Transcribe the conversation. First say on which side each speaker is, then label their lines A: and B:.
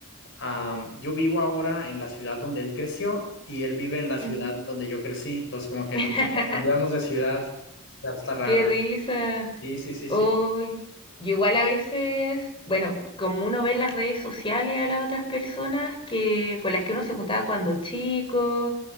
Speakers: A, on the left (about 55°); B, on the left (about 25°).
A: ah, yo vivo ahora en la ciudad donde él creció y él vive en la ciudad
B: ujú.
A: donde yo crecí, entonces como que
B: <laughs>
A: nos cambiamos de ciudad, está, está raro.
B: Qué risa.
A: Sí, sí, sí,
B: Hoy,
A: sí.
B: yo igual a veces, bueno, como uno ve en las redes sociales a las otras personas que con las que uno se juntaba cuando chico